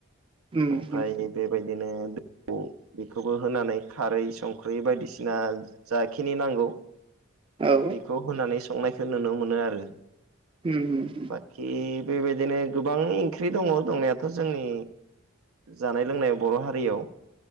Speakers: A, on the right (about 25°); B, on the right (about 80°).
A: होम
B: ओमफ्राय
A: होम
B: बेबायदिनो द बेखौबो होनानै खारै संख्रि बायदिसिना जाखिनि नांगौ
A: औ
B: बेखौ होनानै संनायखौ नुनो मोनो आरो।
A: उम उम।
B: बाखि बेबायदिनो गोबां ओंख्रि दङ दंनायाथ' जोंनि जानाय लोंनाय बर' हारियाव